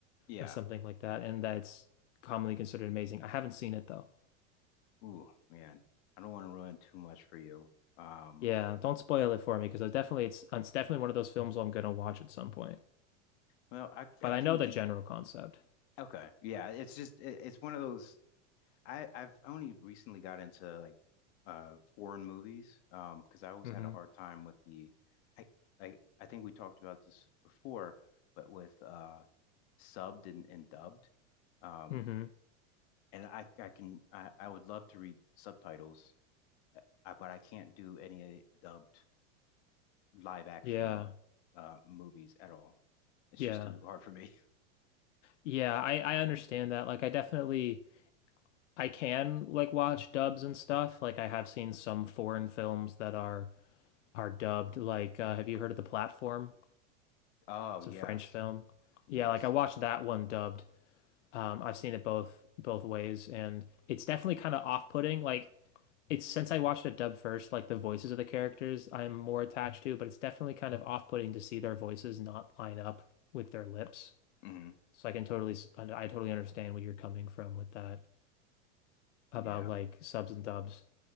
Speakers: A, on the left; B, on the left.
A: Yeah.
B: or something like that, and that's commonly considered amazing. I haven't seen it though.
A: Ooh, man, I don't want to ruin too much for you. Um,
B: Yeah, don't spoil it for me because I definitely it's it's definitely one of those films I'm gonna watch at some point.
A: well, I
B: But
A: I
B: I
A: can
B: know the
A: give.
B: general concept.
A: Okay, yeah, it's just it, it's one of those. I I've only recently got into like uh foreign movies um because I always
B: hmm
A: had a hard time with the I I I think we talked about this before, but with uh subbed and, and dubbed, um,
B: hmm
A: and I I can I I would love to read subtitles, uh, but I can't do any dubbed live action
B: Yeah.
A: uh movies at all. It's
B: Yeah.
A: just too hard for me. <laughs>
B: Yeah, I I understand that. Like I definitely I can like watch dubs and stuff. Like I have seen some foreign films that are are dubbed. Like uh, have you heard of The Platform?
A: Oh,
B: It's
A: yes.
B: a French film.
A: Yes.
B: Yeah, like I watched that one dubbed. Um, I've seen it both both ways, and it's definitely kind of off-putting. Like it's since I watched it dubbed first, like the voices of the characters I'm more attached to, but it's definitely kind of off-putting to see their voices not line up with their lips.
A: hmm
B: So I can totally, I totally understand where you're coming from with that about
A: Yeah.
B: like subs and dubs.